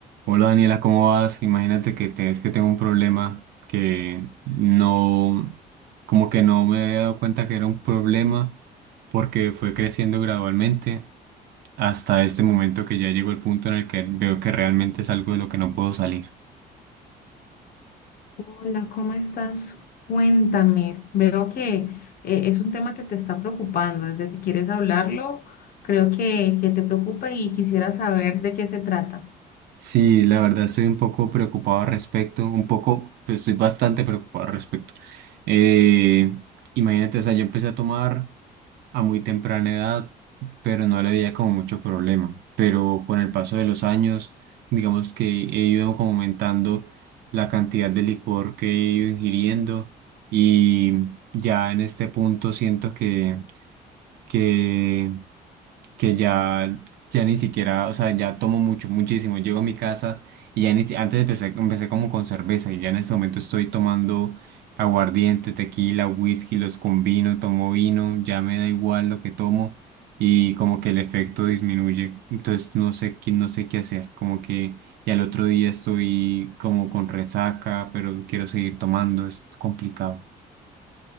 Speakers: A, on the right; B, on the left.
A: Hola Daniela, ¿cómo vas? Imagínate que te- es que tengo un problema que no, como que no me había dado cuenta que era un problema porque fue creciendo gradualmente hasta este momento que ya llegó el punto en el que veo que realmente es algo de lo que no puedo salir.
B: Hola, ¿cómo estás? Cuéntame. Veo que eh, es un tema que te está preocupando. Desde que quieres hablarlo, creo que, que te preocupa y quisiera saber de qué se trata.
A: Sí, la verdad estoy un poco preocupado al respecto, un poco, pues estoy bastante preocupado al respecto. Eh, imagínate, o sea, yo empecé a tomar. a muy temprana edad, pero no le veía como mucho problema. Pero con el paso de los años, digamos que he ido como aumentando la cantidad de licor que he ido ingiriendo y ya en este punto siento que, que que ya, ya ni siquiera, o sea, ya tomo mucho, muchísimo. Llego a mi casa y ya ni si- antes empecé, empecé como con cerveza y ya en este momento estoy tomando aguardiente, tequila, whisky, los combino, tomo vino, ya me da igual lo que tomo y como que el efecto disminuye. Entonces no sé, qué- no sé qué hacer, como que y al otro día estoy como con resaca, pero quiero seguir tomando, es complicado.